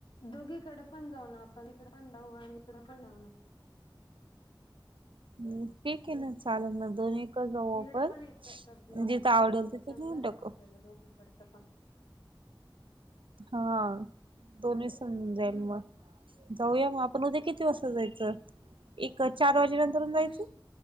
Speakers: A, on the left; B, on the right.
A: दोघीकडे पण जाऊ ना, आपण इकडे पण जाऊ आणि, इकडे पण जाऊ ना.
B: ह ठीक आहे ना, चालेल मग. दोनेकडं जाऊ
A: इकडं
B: आपण,
A: पण एक चक्कर देऊन
B: जिथं
A: येऊ
B: आवडेल
A: काय म्हणजे
B: तिथे
A: समजाल
B: घेऊन टाकऊ,
A: ना आपल्याला दोघीकडचं पण
B: हा दोन् जाल
A: हम्म
B: मग जाऊया मग आपण, उद्या किती वाजता जायचं? एक चार वाजेनंतर जायचं
A: तू